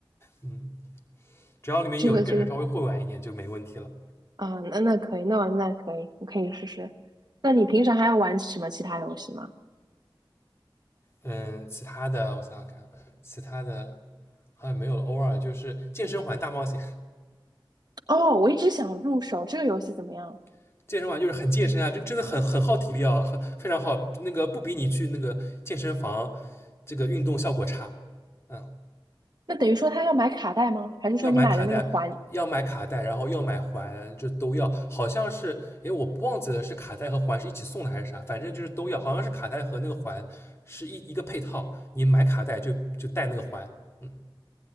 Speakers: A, on the left; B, on the right.
A: 嗯。只要里面有一个人稍微会玩一点就没问题了。
B: 这个这个啊，那那可以，那我那可以，我可以试试。那你平常还要玩什么其他游戏吗？
A: 嗯，其他的我想想看，其他的好像没有了。偶尔就是健身环大冒险，
B: 哦，我一直想入手这个游戏怎么样？
A: <laughs> 健身环就是很健身啊，这真的很很耗体力啊，很非常耗。那个不比你去那个健身房这个运动效果差。嗯，
B: 那等于说他要买卡带吗？还是说你买了那个环
A: 要买卡带，要买卡带，然后要买环，就都要。好像是，诶，我忘记了是卡带和环是一起送的还是啥，反正就是都要。好像是卡带和那个环是一一个配套，你买卡带就就带那个环。嗯，